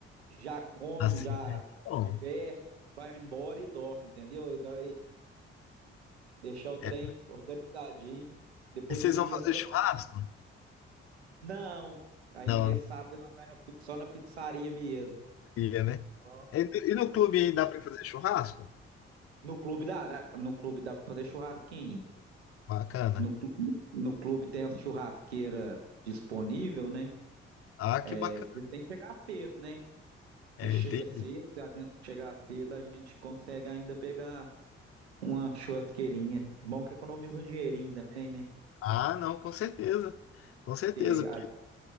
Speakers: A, on the right; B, on the left.
A: já come,
B: assim.
A: já
B: Bom,
A: diverte, vai embora e dorme, entendeu? Nós deixar o trem
B: é.
A: organizadinho, depois
B: E vocês
A: domingo
B: vão fazer
A: é só...
B: churrasco?
A: Não! Aí
B: Não,
A: nesse
B: não
A: sábado nós vai na- pi- só na pizzaria mesmo.
B: ia, né?
A: Só.
B: E, e no clube aí dá pra fazer churrasco?
A: No clube dá, né? No clube dá para fazer churrasquinho.
B: Bacana.
A: No, clu- no clube tem a churrasqueira disponível, né?
B: Ah, que
A: É,
B: bacana.
A: você tem que chegar cedo, né?
B: É,
A: Você chega
B: entendi.
A: cedo, se a gente chegar cedo, a gente consegue ainda pegar uma churrasqueirinha. Bom que economiza um dinheirinho também, né?
B: Ah, não, com certeza. Com certeza.
A: Porque a gente